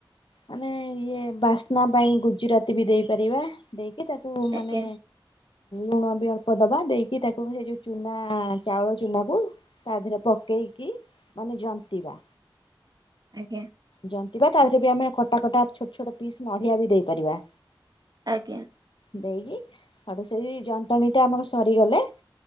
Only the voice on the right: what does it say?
ଆଜ୍ଞା
ଆଜ୍ଞା।
ଆଜ୍ଞା।